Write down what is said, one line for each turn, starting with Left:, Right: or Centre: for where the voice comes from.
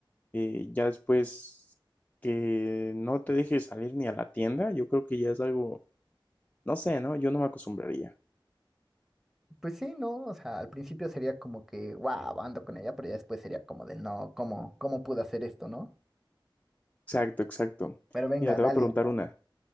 Left: eh, ya después que no te dejes salir ni a la tienda, yo creo que ya es algo, no sé, ¿no? Yo no me acostumbraría.
Centre: Pues sí, no, o sea, al principio sería como que, wow, ando con ella, pero ya después sería como de, no, ¿cómo, cómo pude hacer esto, no?
Left: Exacto, exacto.
Centre: Pero venga,
Left: Mira, te
Centre: dale,
Left: voy a preguntar una,